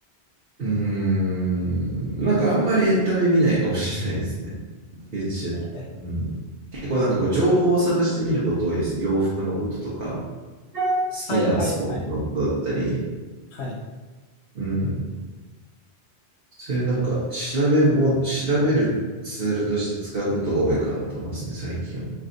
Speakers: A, on the right; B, on the left.
A: うーん。なんかあんまりエンタメ見ないかもしれないですね。YouTube
B: ええ
A: うん。結構なんかこう、情報を探してみること多いですね。洋服のこととか、好きなスポーツのことだったり、
B: はいはいはい。はい。
A: うん。そういうなんか、調べも、調べるツールとして使うことが多いかなと思いますね、最近は。